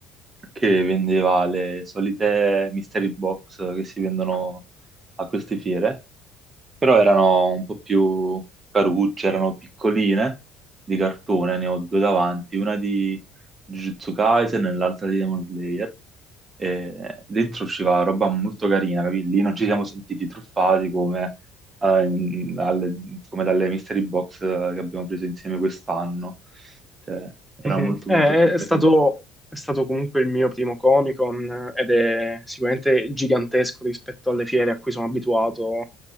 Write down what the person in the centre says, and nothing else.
mhm.
Eh,
È stato, è stato comunque il mio primo Comic-Con eh, ed è sicuramente gigantesco rispetto alle fiere a cui sono abituato